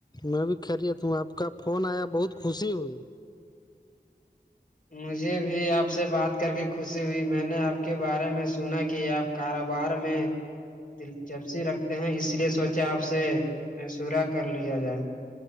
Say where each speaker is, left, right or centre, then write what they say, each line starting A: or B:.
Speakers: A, on the left (about 25°); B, on the left (about 50°).
A: میں بھی خریت ہوں آپ کا فون آیا بہت خوشی ہوئی
B: مجھے بھی آپ سے بات کر کے خوشی ہوئی میں نے آپ کے بارے میں سنا کہ آپ کاروبار میں دلچپسی رکھتے ہیں اس لیے سوچا آپ سے مشورہ کر لیا جائے